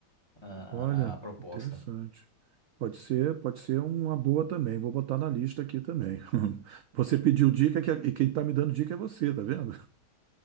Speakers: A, on the left; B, on the right.
A: a,
B: Olha,
A: a- a proposta.
B: interessante. Pode ser, pode ser uma boa também. Vou botar na lista aqui também. <laughs> Você pediu dica que- e quem está me dando dica é você, tá vendo?